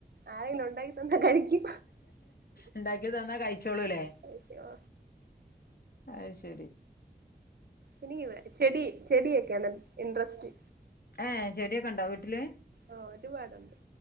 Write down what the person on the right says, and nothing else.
ആരേലും ഉണ്ടാക്കി തന്ന കഴിക്കും
കഴിക്കോ
എനി ഇവെ ചെടി ചെടിയൊക്കെയാണ് ഇൻട്രസ്റ്റ്
ഓ ഒരുപാടുണ്ട്